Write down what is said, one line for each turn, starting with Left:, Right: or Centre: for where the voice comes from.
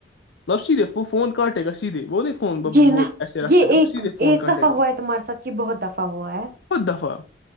Left: مطب سیدھے فون کاٹے گا سیدھے وہ نہیں فون
Right: یہ
Left: وہ
Right: نا
Left: ایسے رکھتا
Right: یہ
Left: ہے وہ
Right: ایک
Left: سیدھے فون
Right: ایک
Left: کاٹے
Right: دفع
Left: گا
Right: ہوا ہے تمہارے ساتھ کہ بہت دفع ہوا ہے
Left: بہت دفعہ